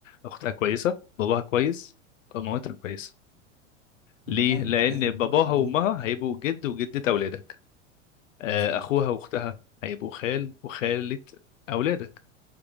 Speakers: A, on the left; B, on the right.
A: اختها كويسه باباها كويس مامتها كويسه ليه
B: انا فاهمك
A: لان
B: لازم
A: باباها
B: كل ده ضروري.
A: وامها هيبقوا جد وجده اولادك آه،
B: مظبوط
A: اخوها واختها هيبقوا خال وخاله اولادك